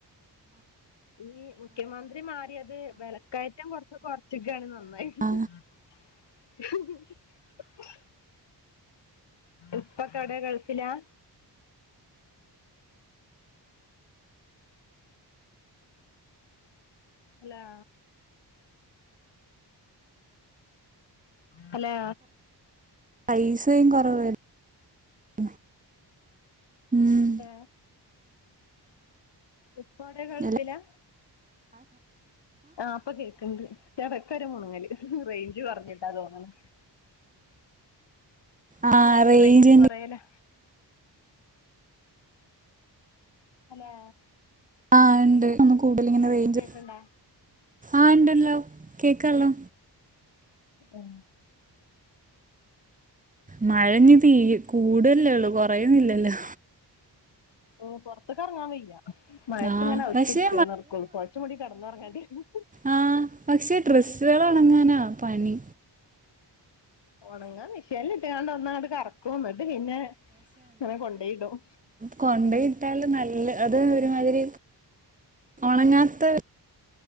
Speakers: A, on the left; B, on the right.
A: ഈ മുഖ്യമന്ത്രി മാറിയത് വിലക്കയറ്റം കുറച്ച് കുറച്ചൊക്കാണ് നന്നായി
B: ആ
A: <inaudible> ഇപ്പം കട ഗൾഫിലാ അല്ലാ ഹലോ
B: പൈസയും കുറവാര്ന്ന് ഉം ഊം
A: ഏ ഉപ്പാവിടെ ഗൾഫിലാ
B: അല്ല
A: ആ ഇപ്പൊ കേക്കണ്ട് ഇടക്കൊരു മുണുങ്ങല് റേഞ്ച് കുറഞ്ഞിട്ടാന്നുതോന്നണ് ചെല
B: ആ
A: നേരത്ത്
B: റേഞ്ചിന്റെ
A: റേഞ്ച്കുറയലാ ഹലോ
B: ആ ഇണ്ട് ഒന്നുകൂടുതലിങ്ങനെ റേഞ്ച്
A: കേക്കണ്ടാ
B: ആ ഇണ്ടല്ലോ കേക്കാല്ലോ
A: ഉം
B: മഴനി തീ കൂടയല്ലേള്ളു കുറയുന്നില്ലല്ലോ
A: ഓ പുറത്തേക്ക് ഇറങ്ങാൻ വയ്യ മഴത്ത്
B: ആഹ്
A: ഇങ്ങനെ അകത്തിരിക്കലേ
B: പക്ഷെ
A: നടക്കോള്ളു പുതച്ചുമൂടി കിടന്നുറങ്ങേണ്ടിവരും
B: ആ പക്ഷെ ഡ്രസ്സുകളുണങ്ങാനാ പണി
A: ഉണങ്ങാൻ മിഷനിലിട്ട് ഒന്നങ്ങട്ട് കറക്കും എന്നിട്ട് പിന്നെ ഇങ്ങനെ കൊണ്ടോയിടും
B: കൊണ്ടെയിട്ടാലും നല്ല അത് ഒരുമാതിരി ഒണങ്ങാത്ത